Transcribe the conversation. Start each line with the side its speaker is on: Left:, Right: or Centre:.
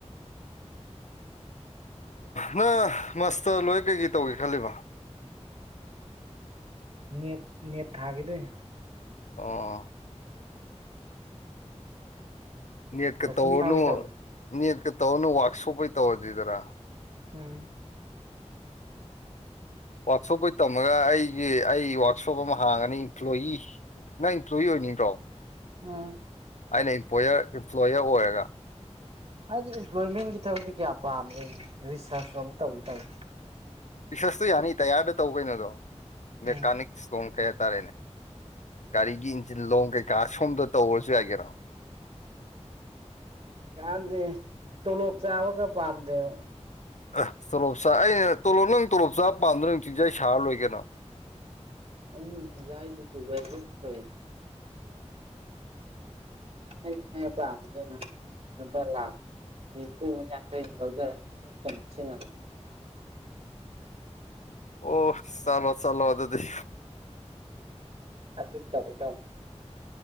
Left: ꯅꯪ ꯃꯥꯁꯇꯔ ꯂꯣꯏꯔ ꯀꯩꯀꯩ ꯇꯧꯒꯦ ꯈꯜꯂꯤꯕ
Right: ꯅꯦꯠ ꯅꯦꯠ ꯊꯥꯒꯤꯗꯣꯏꯅꯤ
Left: ꯑꯣ ꯅꯦꯠꯀ
Right: ꯀꯣꯆꯤꯡ
Left: ꯇꯧꯔꯅꯨ
Right: ꯌꯥꯎꯒꯦ ꯇꯧꯕꯅꯦ
Left: ꯅꯦꯠꯀ ꯇꯧꯅ ꯋꯥꯛꯁꯣꯞ ꯑꯣꯏ ꯇꯧꯔꯖꯤꯗꯅ
Right: ꯎꯝ
Left: ꯋꯥꯛꯁꯣꯞ ꯑꯣꯏ ꯇꯝꯃꯒ ꯑꯩ ꯑꯩ ꯑꯩ ꯋꯥꯋꯔꯛꯁꯣꯞ ꯑꯃ ꯍꯥꯡꯉꯅꯤ ꯏꯝꯄ꯭ꯂꯣꯌꯤ ꯅꯪ ꯏꯝꯄ꯭ꯂꯣꯌꯤ ꯑꯣꯏꯅꯤꯡꯕ꯭ꯔꯣ
Right: ꯑꯥ
Left: ꯑꯩꯅꯄ꯭ꯂꯣꯌꯔ ꯏꯝꯄ꯭ꯂꯣꯌꯔ ꯑꯣꯏꯔꯒ
Right: ꯍꯥꯏꯗꯤ ꯏꯝꯄ꯭ꯂꯣꯏꯃꯦꯟꯒꯤ ꯊꯕꯛꯁꯦ ꯀꯌꯥ ꯄꯥꯝꯃꯤ ꯔꯤꯁꯥꯔꯁꯣꯝ ꯇꯧꯋ ꯇꯧꯏ
Left: ꯄꯁꯁꯇ ꯌꯥꯅꯤ ꯇꯌꯥꯔꯗ ꯇꯧ ꯀꯩꯅꯣꯗꯣ ꯃꯦꯀꯥꯅꯤꯛ
Right: ꯎꯝ
Left: ꯁꯣꯝ ꯀꯩ ꯍꯥꯏꯇꯥꯔꯦꯅꯦ ꯒꯥꯔꯤꯒꯤ ꯏꯟꯖꯤꯟ ꯂꯣꯡ ꯀꯩꯀꯥ ꯁꯣꯝꯗ ꯇꯧꯁꯨ ꯌꯥꯏꯒꯦꯔ
Right: ꯀꯥꯟꯗ ꯇꯨꯂꯣ ꯆꯥꯕꯒ ꯄꯥꯝꯗꯦꯕ
Left: ꯑ ꯇꯣꯂꯣꯞꯆꯥ ꯑꯩꯅ ꯇꯣꯂꯣꯞ ꯅꯪ ꯇꯣꯂꯣꯞꯆꯥ ꯄꯥꯝꯗꯨ ꯅꯪ ꯆꯤꯟꯖꯩ ꯁꯥꯔ ꯂꯣꯏꯒꯅꯣ
Right: ꯎꯝ ꯌꯥꯏꯗ ꯑꯣꯏꯏ ꯀ ꯑꯩꯅ ꯄꯥꯝꯕꯅꯤꯅ ꯂꯨꯄꯥ ꯂꯥꯈ ꯅꯤꯐꯨ ꯑꯃ ꯌꯥꯡꯈꯩ ꯑꯃ ꯂꯧꯊꯔꯒ ꯏꯝ ꯁꯤꯟꯅꯕꯅꯦ
Left: ꯑꯣ ꯆꯂꯣ ꯆꯂꯣ ꯑꯗꯨꯗꯤ
Right: ꯑꯗꯨ ꯏ ꯇꯕ ꯇꯣ